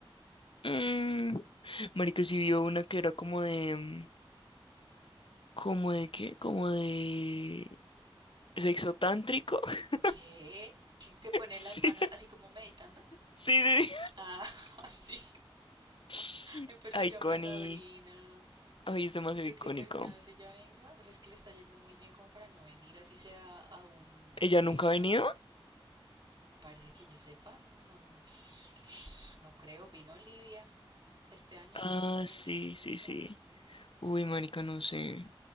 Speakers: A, on the left (about 60°); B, on the right (about 55°).
A: Mm, Marica, sí vio una que era como de... mm, ¿Como de qué? ¿Como de sexo tántrico? <laughs>
B: ¿Qué? ¿Que, que poner
A: Sí,
B: las manos así como meditando?
A: sí,
B: Ah, <laughs> sí.
A: sí.
B: Me parece
A: Iconic.
B: llama a Sabrina.
A: Ay, es demasiado
B: ¿Usted
A: icónico.
B: cree que alguna vez ella venga? O sea, es que le está yendo muy bien como para no venir, así sea a un
A: ¿Ella
B: festival.
A: nunca ha venido?
B: Parece que yo sepa, no, s- no creo. Vino Olivia este año,
A: Ah,
B: ¿no? A
A: sí,
B: inicios
A: sí,
B: de este
A: sí.
B: año.
A: Uy, marica, no sé.